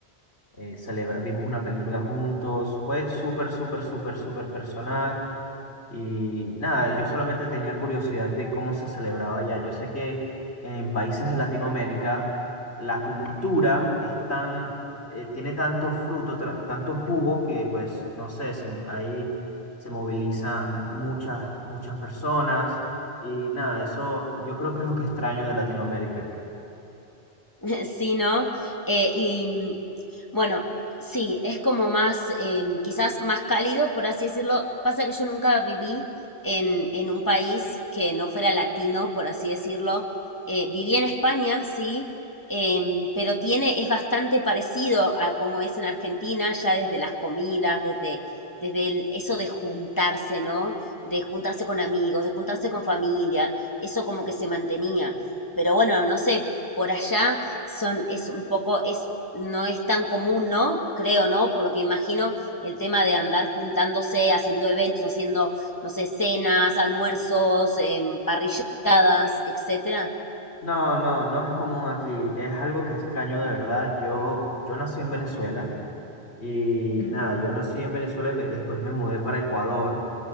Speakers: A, on the left (about 80°); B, on the left (about 20°).
A: eh, celebra- vimos una película juntos. Fue súper, súper, súper, súper personal. Y nada, yo solamente tenía curiosidad de cómo se celebraba allá. Yo sé que en países de Latinoamérica la cultura es tan, eh, tiene tanto fruto, tra- tanto jugo que pues, no sé, se- ahí se movilizan muchas, muchas personas. Y nada, eso yo creo que es lo que extraño de Latinoamérica.
B: <laughs> Sí, ¿no? Eh, y mm, bueno, sí, es como más, eh, quizás más cálido, por así decirlo. Pasa que yo nunca viví en, en un país que no fuera latino, por así decirlo. Eh, viví en España, sí, em, pero tiene, es bastante parecido a cómo es en Argentina, ya desde las comidas, desde, desde el- eso de juntarse, ¿no? De juntarse con amigos, de juntarse con familia, eso como que se mantenía. Pero bueno, no sé, por allá son, es un poco, es, no es tan común, ¿no? Creo, ¿no? Por lo que imagino, el tema de andar juntándose, haciendo eventos, haciendo, no sé, cenas, almuerzos, em, parrilladas, etcétera.
A: No, no, no es común aquí. Es algo que extraño de verdad. Yo, yo nací en Venezuela. Y
B: Ujú.
A: nada, yo nací en Venezuela y me- después me mudé para Ecuador.